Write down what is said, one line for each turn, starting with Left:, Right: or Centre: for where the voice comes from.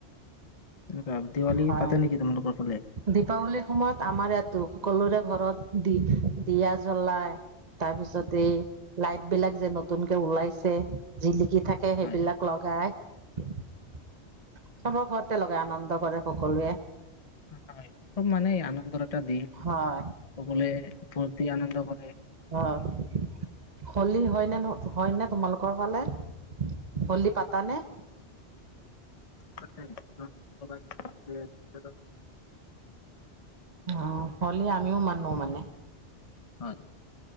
Left: দিৱাল
Right: হয়
Left: পাত। <inaudible>
Right: দীপাৱলীৰ সময়ত আমাৰ ইয়াতো, সকলোৰে ঘৰত দি, দিয়া জ জ্বলাই, তাৰপিছত টেই, লাইটবিলাক যে নতুনকে ওলাইছে, জিলি কি থাকে
Left: হয়
Right: সেইবিলাক লগায়। চবৰ ঘৰতে লগায়, আনন্দ কৰে সকলোৱে।
Left: হয়, খুব মানে আনন্দৰ এটা দিন। সকলোৱে
Right: হয়
Left: ফুৰ্তি আনন্দ কৰ
Right: অ', হোলি হয়নে নে হয়নে তোমালোক কৰবালে হ'লি পাতানে?
Left: <unintelligible>
Right: আহ, হ'লে আমিও মানো মানে।
Left: হয়,